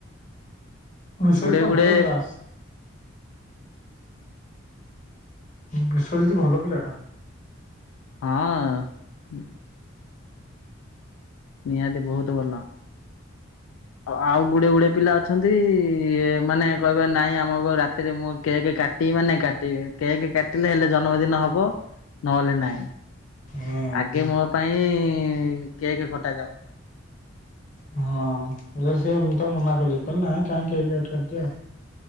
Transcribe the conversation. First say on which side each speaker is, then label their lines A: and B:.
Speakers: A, on the left (about 40°); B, on the left (about 85°).
A: ଶ
B: ଗୁଡେ
A: ତ
B: ଗୁଡେ
A: ଭଲ କିଲାସ ବିଶ୍ୱଜିତ୍ ଭଲ ପିଲା ଟା।
B: ହଁ। ନିହାତି ବହୁତ ଭଲ। ଆଉ ଗୁଡ଼େ ଗୁଡ଼େ ପିଲା ଅଛନ୍ତି ମାନେ କହିବା ନାଇଁ ଆମକୁ ରାତିରେ ମୁଁ କେକ୍ କାଟିବି ମାନେ କାଟିବେ କେକ୍ କାଟିଲେ ହେଲେ ଜନ୍ମଦିନ ହବ। ନହେଲେ ନାଇଁ
A: ହୁଁ
B: ଆଗେ ମୋ ପାଇଁ ଇଁ କେକ୍ କଟା ଯାଉ।
A: ହଁ ଜସି ମୁ ତ ମନା କଲି କହିଲି ନା କାହିଁ କେକ୍ କାଟି